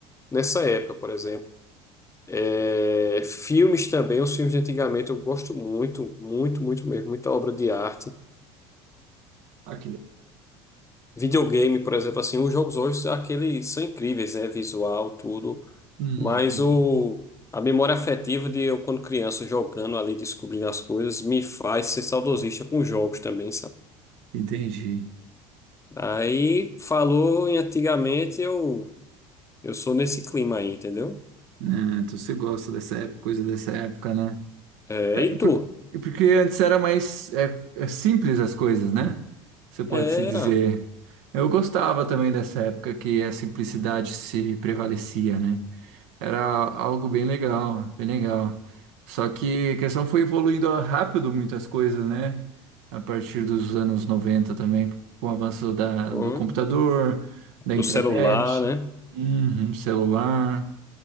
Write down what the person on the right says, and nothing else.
Aqui.
Uhum,
entendi.
Ah, então você gosta dessa época, coisa dessa época, né?
É,
por-
porque antes era mais é, é simples as coisas, né? Você pode
se dizer. Eu gostava também dessa época que a simplicidade se prevalecia, né? Era algo bem legal, bem legal. Só que a questão foi evoluindo rápido muitas coisas, né? A partir dos anos 90 também, com o avanço da,
do computador, da
internet,
uhum, celular.